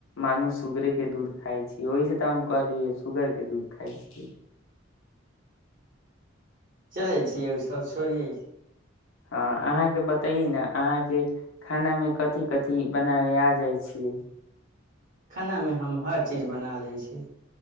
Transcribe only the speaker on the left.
मानू सुूगरेके दूध खाइ छै ओहिसँ तऽ हम कहलियै शूगरके दूध खाइ छियै
हँ अहाँके बतइै ने अहाँके खानामे कथिी कथिी बनाबे आ जाइ छियै